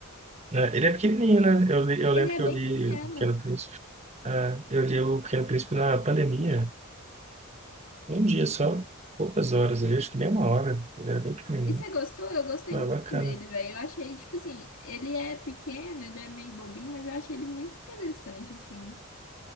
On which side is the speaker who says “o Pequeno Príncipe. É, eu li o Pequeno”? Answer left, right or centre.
Right